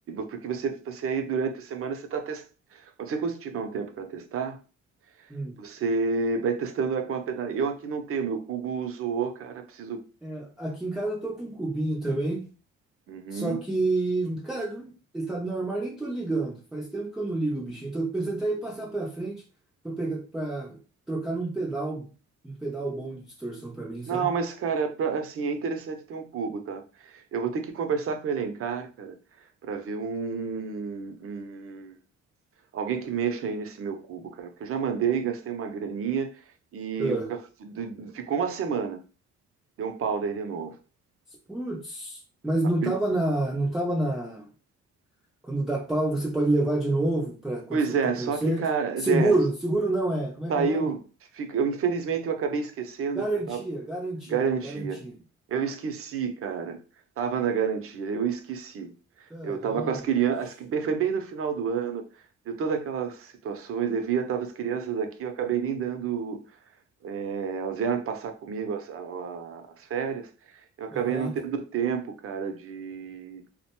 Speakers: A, on the right; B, in the centre.
A: porque você, você aí durante a semana você está testando. Quando você cons- tiver um tempo para testar,
B: Hum.
A: você vai testando com a pedaleira. Eu aqui não tenho, meu cubo zoou, cara. Preciso.
B: É, aqui em casa eu tô com um cubinho também.
A: Uhum.
B: Só que, cara, ele tá no armário, nem tô ligando. Faz tempo que eu não ligo o bichinho. Tô pensando até em passar pra frente pra pegar, pra trocar num pedal, um pedal bom de distorção pra mim, sabe?
A: Não, mas, cara, é pra- assim, é interessante ter um cubo, tá? Eu vou ter que conversar com o Elencar, cara, pra ver um, um- Alguém que mexa aí nesse meu cubo, cara. Porque eu já mandei, gastei uma graninha e
B: Ah,
A: o caf- de- ficou uma semana. Deu um pau daí de novo.
B: putz. Mas
A: A
B: não
A: pri-
B: tava na, não tava na. Quando dá pau, você pode levar de novo para
A: Pois é,
B: pro
A: só
B: concerto.
A: que, cara,
B: Seguro,
A: é,
B: seguro não é. Como é
A: saiu...
B: que é o nome?
A: fica- eu, infelizmente, eu acabei esquecendo,
B: Garantia,
A: porque eu tava
B: garantia,
A: Garantia.
B: garantia.
A: Eu esqueci, cara. Tava na garantia, eu esqueci.
B: Caramba,
A: Eu tava com as crianças,
B: bicho.
A: foi bem no final do ano, deu todas aquelas situações, devia, tava as crianças aqui, eu acabei nem dando, é, elas vieram passar comigo as, a- a- as férias, eu acabei
B: Aham.
A: não tendo tempo, cara, de